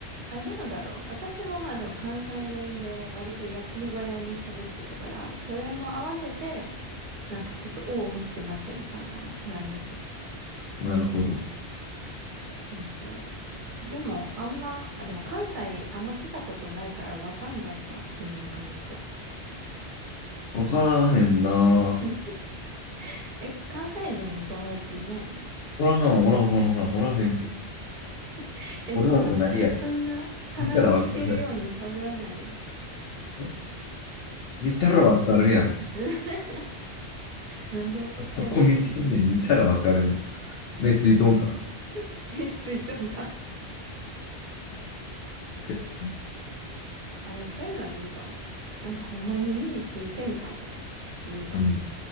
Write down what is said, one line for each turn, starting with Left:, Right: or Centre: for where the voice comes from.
Right: あ、どうだろう。私もまあでも関西弁で割と矢継ぎ早に喋ってたから、それも合わせて、なんかちょっとおおってなってたんかも、隣の人。
Left: なるほど。
Right: そうそう。でも、あんま、あ、でも関西あんま来たことないからわかんないか。どんな感じか。
Left: わからへんな。
Right: <laughs> え、関西人の友達いないの
Left: おらはん、おらん、おらん、おらん、おらへんって。
Right: <laughs> え、
Left: おるわけないやろ。
Right: そんな、そんな鼻に抜けるように喋らないよ。
Left: 見たらわかるやろ。え見たらわかるやろ。
Right: <laughs> なんで怒ってんの
Left: そこ見てんねん、見たらわかるやろ。目ついとんか。
Right: <laughs> え、ついとんか。
Left: <laughs>
Right: あ、でもそういうのは言うかも。なんかほんまに耳ついてんかとか言うかも。
Left: うん。